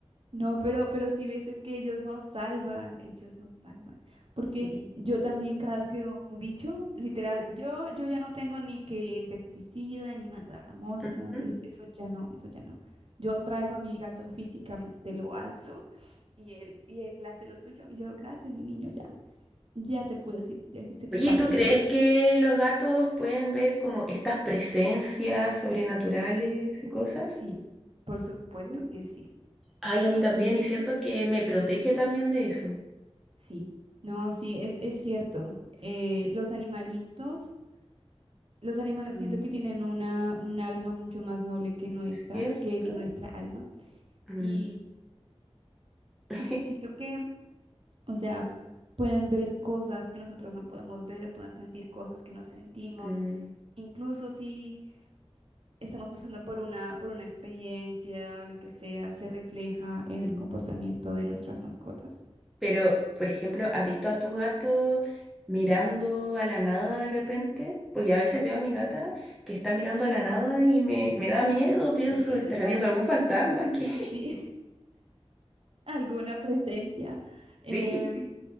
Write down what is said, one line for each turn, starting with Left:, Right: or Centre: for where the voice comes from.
Right: no, pero, pero sí ves es que ellos nos salvan, ellos nos salvan. Porque
Centre: Sí.
Right: yo también cada vez que veo un bicho, literal, yo, yo ya no tengo ni que insecticida, ni matamoscas,
Centre: Mm.
Right: e- eso ya no, eso ya no. Yo traigo a mi gato físicamente, lo alzo y él, y él hace lo suyo. Y yo, gracias, mi niño, ya, ya te puedo decir, ya hiciste tu
Centre: Oye,
Right: parte,
Centre: ¿tú crees
Right: pero
Centre: que los gatos pueden ver como estas presencias sobrenaturales y cosas?
Right: sí, por supuesto
Centre: Mm.
Right: que sí.
Centre: Ay, a mí también, y siento que me protege también de eso.
Right: Sí, no, sí, es, es cierto. Eh, los animalitos, los animales
Centre: Mm,
Right: siento que tienen una, un alma mucho más noble que nuestra,
Centre: ¿Cierto?
Right: que, que nuestra alma.
Centre: Mm,
Right: Y
Centre: <laughs>
Right: siento que, o sea, pueden ver cosas que nosotros no podemos ver, pueden sentir cosas que no sentimos.
Centre: mm,
Right: Incluso si estamos pasando por una, por una experiencia o lo que sea, se refleja en
Centre: mm.
Right: el comportamiento de nuestras mascotas.
Centre: Pero, por ejemplo, ¿has visto a tu gato mirando a la nada de repente? Porque a veces veo a mi
Right: Mm,
Centre: gata que está mirando a la nada y me, me da miedo, pienso,
Right: Pero que
Centre: ¿estará
Right: mira,
Centre: viendo algún fantasma aquí? <laughs>
Right: sí. alguna presencia. Em,
Centre: Sí.